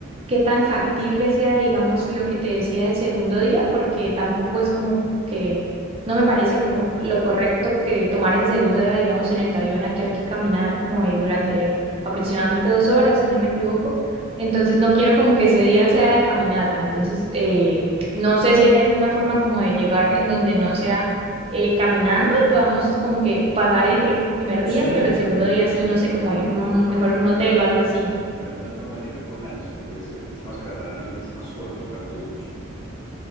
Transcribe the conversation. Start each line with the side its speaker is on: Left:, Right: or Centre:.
Right: qué tan factible sea, digamos, lo que te decía del segundo día, porque tampoco es como que no me parece como lo correcto que tomar ese segundo día, digamos, en el Tayrona, que hay que caminar como eh, durante aproximadamente dos horas, si no me equivoco. Entonces no quiero como que ese día sea de caminata. Entonces, eh, no sé si hay alguna forma como de llegar en donde no sea eh, caminando y podamos como que pasar el pri- primer
Left: Sí,
Right: día, pero el
Left: también,
Right: segundo día
Left: ha-
Right: sí,
Left: también
Right: no sé,
Left: hay
Right: como
Left: una
Right: eh, mm,
Left: forma
Right: mejor
Left: de llegar
Right: en un hotel o algo así.
Left: También hay una forma de llegar por lancha y puede ser mucho más agradable y mucho más corto para todos.